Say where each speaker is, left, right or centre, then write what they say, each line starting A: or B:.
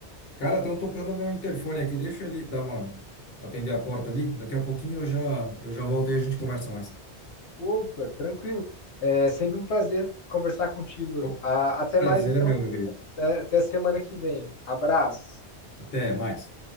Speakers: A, on the left; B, on the left.
A: Cara, estão tocando meu interfone aqui. Deixa ele dar uma atender a porta ali. Daqui a pouquinho eu já eu já volto e a gente conversa mais.
B: Opa, tranquilo. É sempre um prazer conversar contigo.
A: Bom,
B: Ah, até
A: prazer
B: mais, então.
A: é meu, meu querido.
B: Até, até semana que vem. Abraço.
A: Até mais.